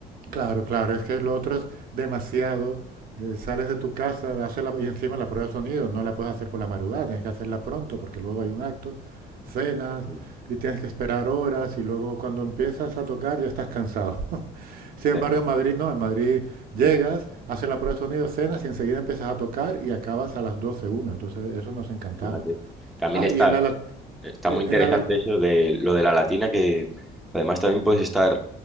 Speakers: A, on the right (about 60°); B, in the centre.
A: Claro, claro, es que lo otro es demasiado. eh, sales de tu casa, haces la- y encima la prueba de sonido no la puedes hacer por la madrugada, tienes que hacerla pronto porque luego hay un acto, cenas
B: Mm,
A: y tienes que esperar horas y luego cuando empiezas a tocar ya estás cansado. <laughs> Sin
B: te-
A: embargo, en Madrid no, en Madrid llegas,
B: mm,
A: haces la prueba de sonido, cenas y enseguida empiezas a tocar y acabas a las 12 una. Entonces eso nos encantaba.
B: Fíjate. También
A: Ah,
B: está,
A: y en la, lat-
B: está
A: eh,
B: muy
A: en
B: interesante
A: la, lat-
B: eso de lo de la latina, que además también puedes estar,